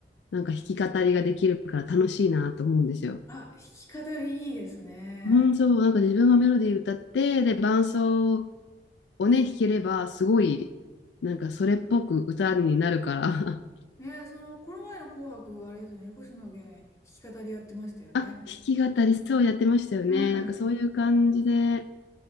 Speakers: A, on the left; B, on the left.
A: なんか弾き語りができるから楽しいなと思うんですよ。
B: あ、弾き語りいいですね。
A: うん、そう、なんか自分がメロディー歌って、で、伴奏をね、弾ければ、すごい、なんかそれっぽく歌になるから、<laughs>
B: ね、その、この前の紅白、あれですね、星野源、弾き語りやってましたよね。
A: あ、弾き語りそうやってましたよね。
B: うん。
A: なんかそういう感じで、